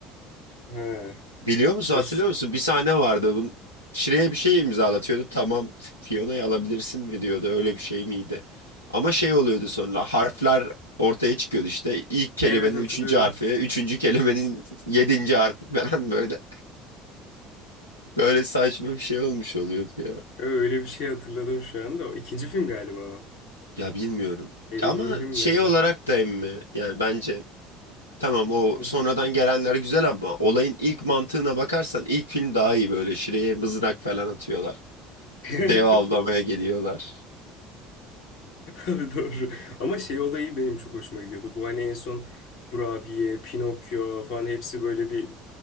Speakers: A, on the left; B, on the left.
A: Ha,
B: Biliyor musun
A: hoş.
B: hatırlıyor musun? Bir sahne vardı. Bun, Şire'ye bir şey imzalatıyordu. Tamam Fiona'yı alabilirsin mi diyordu. Öyle bir şey miydi? Ama şey oluyordu sonra harfler ortaya çıkıyordu işte. İlk kelimenin
A: Evet hatırlıyorum.
B: üçüncü harfi, üçüncü kelimenin yedinci harfi falan böyle. Böyle saçma bir şey olmuş oluyordu ya.
A: Öyle bir şey hatırladım şu anda. O ikinci film galiba o.
B: Ya bilmiyorum.
A: Emin
B: Ama
A: değilim
B: şey
A: ben
B: olarak
A: de.
B: da emmi yani bence Tamam o
A: Hı.
B: sonradan gelenler güzel ama olayın ilk mantığına bakarsan ilk film daha iyi böyle şuraya mızrak falan atıyorlar.
A: <laughs>
B: Dev avlamaya geliyorlar.
A: Abi doğru. Ama şey olayı benim çok hoşuma gidiyordu. Bu hani en son Kurabiye, Pinokyo falan hepsi böyle bir